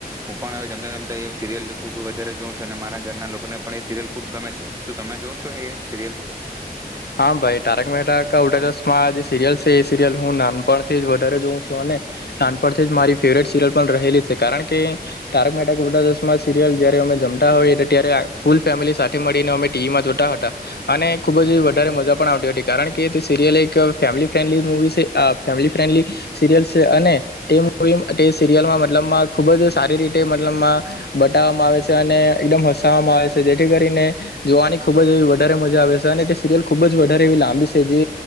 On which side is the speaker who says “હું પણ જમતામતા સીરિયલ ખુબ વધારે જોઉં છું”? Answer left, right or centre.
Right